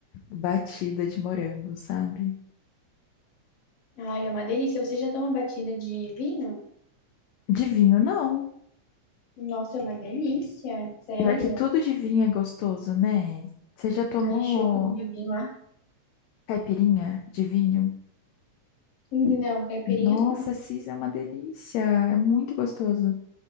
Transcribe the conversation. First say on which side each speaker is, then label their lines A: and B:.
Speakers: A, on the left; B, on the left.
A: batida de morango, sabe?
B: Ai, é uma delícia. Você já toma batida de vinho?
A: De vinho, não.
B: Nossa, é uma delícia, sério.
A: Pior que tudo de vinho é gostoso, né? Você já tomou
B: Ai, chope de vinho,
A: caipirinha de vinho?
B: Não, caipirinha
A: Nossa,
B: não.
A: Cis, é uma delícia. É muito gostoso.